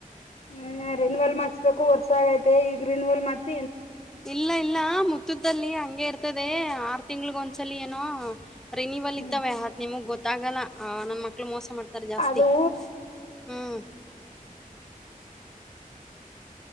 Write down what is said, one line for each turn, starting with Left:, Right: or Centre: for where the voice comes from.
Left: ಹ್ಮ್ ರಿನ್ವೆಲ್ ಮಾಡ್ಸ್ಬೇಕು ವರ್ಸ ಆಯ್ತು ಈಗ್ರೀನ್ ವಲ್ ಮಾಡ್ಸ
Centre: ಇಲ್ಲ ಇಲ್ಲ ಮುತ್ತುದ್ದಲ್ಲಿ ಹಂಗೆ ಇರ್ತ ಆರ್ತದೆ ಆರು ತಿಂಗಳಗ ಒಂದ್ಸಲ ಏನೋ ರಿ ನೀವಲ್
Left: ಹ್ಮ್
Centre: ಇತ್ತವೆತ್ ನಿಮಗ ಗೊ ಗತ್ತಾಗಲ್ಲ ನನ್ ಮಕ್ಳ ಮೋಸ ಮಾಡ್ತಾರೆ ಜಾಸ್ತಿ
Left: ಅದು
Centre: ಹ್ಮ್